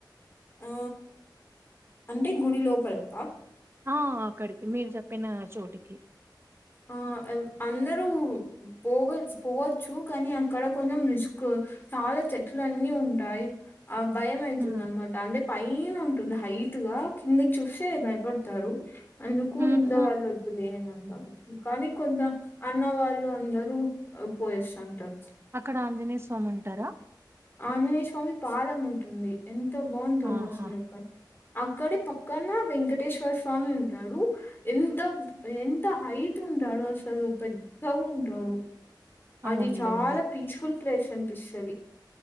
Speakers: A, on the left (about 30°); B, on the right (about 30°).
A: ఆ అంటే గుడి లోపలంత
B: ఆ అక్కడికి మీరు చెప్పిన చోటికి
A: ఆ అందరూ పోగ పోవచ్చు కానీ అక్కడ కొంచెం రిస్క్ చెట్లు అన్నీ ఉంటాయి ఆ భయం అవుతుంది
B: ఉహు
A: అనమాట అంటే పైన ఉంట ంది హైట్ గా కిందకి చూస్తే భయపడతారు అందుకు
B: ఉహు
A: ఇట్ వాళ్ళు వద్దులేని కానీ కొంత అన్న వాళ్ళు అందరూ పోయేస్తంటారు
B: అక్కడ ఆంజనేయ స్వామి ఉంటారా
A: ఆంజనేయ స్వామి పాదం ఉంటుంది ఎంతో బాగుంటుంది
B: ఆహా
A: అసలుక్క అక్కడే పక్కన వెంకటేశ్వర స్వామి ఉంటాడు ఎంత ఎంత హై ట్ ఉంటాడు అసలు పెద్ద ఉంటాడు అది
B: అవునులేండి
A: చాలా పీస్ఫుల్ ప్లేస్ అనిపిస్తుంది